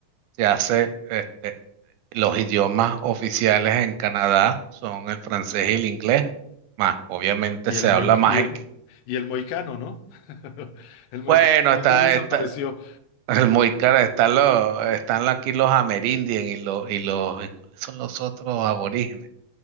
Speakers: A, on the right; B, on the left.
A: se hace, este, los idiomas oficiales en Canadá son el francés y el inglés, más, obviamente
B: Y
A: se
B: el,
A: habla
B: moi-
A: más
B: y el,
A: en...
B: y el moicano, ¿no? <laughs> El moicano
A: Bueno,
B: oh,
A: está,
B: ya desapareció.
A: está, <laughs> el muy caro, están los, están aquí los amerindios y los, y los, ¿cuáles son los otros aborígenes?